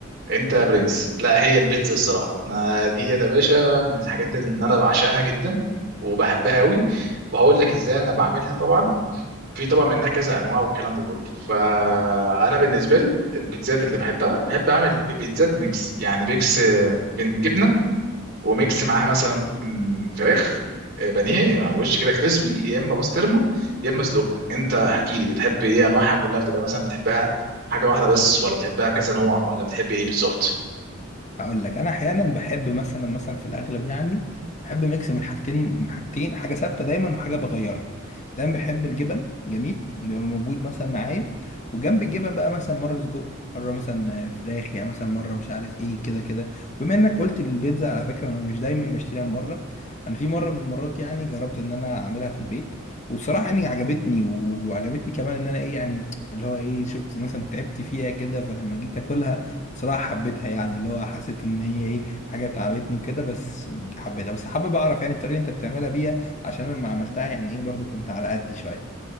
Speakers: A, on the right; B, on the left.
A: انت يا برنس لا هي البيتزا الصراحه انا دي يا باشا من الحاجات اللي انا بعشقها جدا وبحبها قوي وهقول لك ازاي انا بعملها طبعا في طبعا منها كذا انواع والكلام ده كله فانا بالنسبه لي البيتزات اللي بحبها بحب اعمل بيتزات ميكس يعني ميكس آه، من جبنه وميكس معاها مثلا ممكن فراخ آه، بانيه على الوش كده كريسبي يا اما بسطرمه يا اما صدق انت احكي لي بتحب ايه انواعها كلها بتبقى مثلا بتحبها حاجه واحده بس ولا بتحبها كذا نوع ولا بتحب ايه بالظبط
B: هقول لك انا احيانا بحب مثلا مثلا في الاغلب يعني بحب ميكس من حاجتين من حاجتين حاجه ثابته دايما وحاجه بغيرها دايما بحب الجبن جميل بيبقى موجود مثلا معايا وجنب الجبن بقى مثلا مره سجق مره مثلا فراخ يعني مثلا مره مش عارف ايه كده كده بما انك قلت البيتزا على فكره انا مش دايما بشتريها من بره انا في مره من المرات يعني جربت ان انا اعملها في البيت والصراحه يعني عجبتني وعجبتني كمان ان انا ايه يعني اللي هو ايه شفت مثلا تعبت فيها كده فلما جيت اكلها بصراحة حبيتها يعني اللي هو حسيت ان هي ايه حاجة تعبتني وكده بس حبيتها بس حابب اعرف يعني الطريقة اللي انت بتعملها بيها عشان لما عملتها يعني ايه برضو كنت على قدي شوية